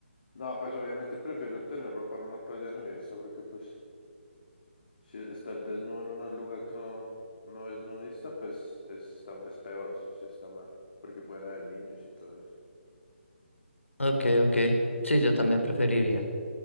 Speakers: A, on the left (about 45°); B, on the left (about 75°).
A: No, pues obviamente prefiero tener ropa en una playa nudista, porque pues si estar desnudo en un lugar que no, no es nudista, pues es, está, es peor, eso sí está mal, porque pueden haber niños y todo eso.
B: Ok, ok.
A: Sí.
B: Sí, yo también preferiría.